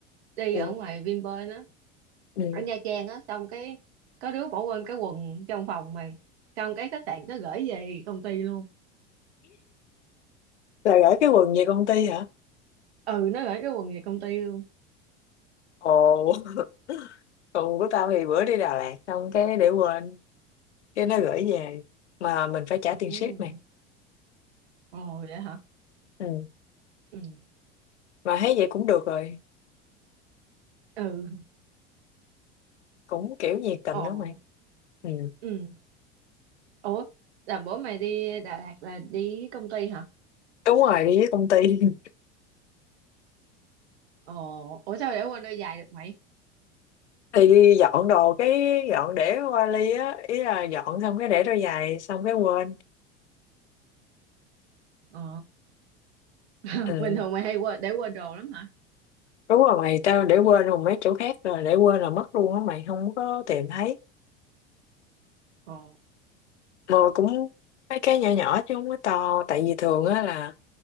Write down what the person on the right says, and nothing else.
đi
ở ngoài Vinpearl á
ở Nha Trang á xong cái có đứa bỏ quên cái quần trong phòng mà xong cái khách sạn nó gửi về công ty luôn
ừ nó gửi cái quần về công ty luôn
ừ
ồ vậy hả
ừ
ừ
ồ
ừ ủa là bữa mày đi Đà Lạt là đi với công ty hả
ồ ủa sao để quên đôi giày được mày
ồ <laughs>
bình thường mày hay quên để quên đồ lắm hả
ồ